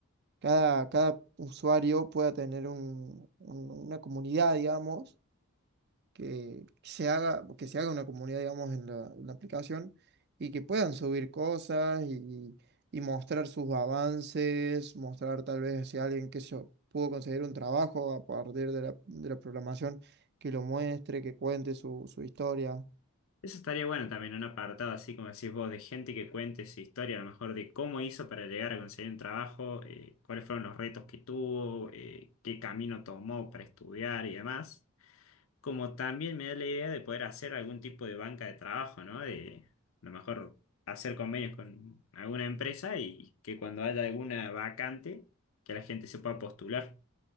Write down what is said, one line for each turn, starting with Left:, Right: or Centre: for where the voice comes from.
Right: cada, cada usuario pueda tener un- un- una comunidad, digamos, que se haga, que se haga una comunidad, digamos, en la, en la aplicación y que puedan subir cosas y, y mostrar sus avances, mostrar tal vez si alguien que se pudo conseguir un trabajo a partir de la, de la programación, que lo muestre, que cuente su, su historia.
Left: Eso estaría bueno también, un apartado así como decís vos, de gente que cuente su historia, a lo mejor de cómo hizo para llegar a conseguir un trabajo, eh, cuáles fueron los retos que tuvo, eh, qué camino tomó para estudiar y demás. Como también me da la idea de poder hacer algún tipo de banca de trabajo, ¿no? De a lo mejor hacer convenios con alguna empresa y que cuando haya alguna vacante, que la gente se pueda postular.